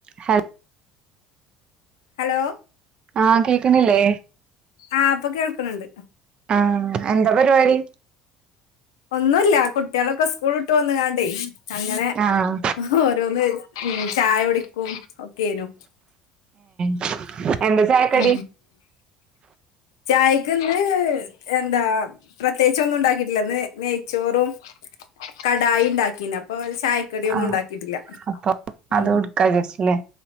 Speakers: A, on the right; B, on the left.
A: ഹ
B: hello
A: ആഹ് കേക്കുന്നില്ലേ
B: ആഹ ഇപ്പ കേൾക്കണ് ഇണ്ട്
A: ആ എന്താ പരിപാടി
B: ഒന്നുമല്ല കുട്ടികളൊക്കെ സ്കൂള ഇട്ട് വന്ന കാണ്ടേ അങ്ങനെ
A: ആഹ്
B: ആ ഓരോന്ന് ചായ ഒടിക്കും ഒക്കെനു
A: <unintelligible> ചായക്കടി
B: ഉ ചായക്ക് ഇന്ന് എന്താ പ്രത്യേക ഒന്നും ഉണ്ടാക്കിയിട്ടില്ലന്ന് നെയ്ച്ചോറും കടായ ഉണ്ടാക്കീ അ ചായക്കട ഒന്നും
A: ആഹ്
B: ഉണ്ടാക്കിയിട്ടില്ല
A: അപ്പൊ അത്
B: ഉ
A: കൊടുക്കാ വിചാരിച്ചില്ലേ